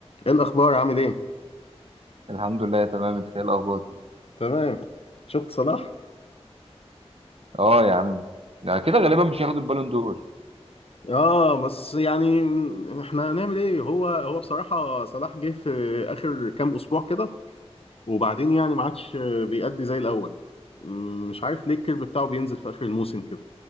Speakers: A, on the left; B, on the right.
A: ايه الاخبار عامل ايه
B: الحمد لله تمام انت ايه الاخبار
A: تمام شفت صلاح
B: اه يا عم لا كده غالبا مش هياخد البالون دور
A: اه بس يعني احنا هنعمل ايه هو هو بصراحة صلاح جه في اخر كام اسبوع كده وبعدين يعني ما عادش بيأدي زي الاول مم، مش عارف ليه الكيرف بتاعه بينزل في اخر الموسم كده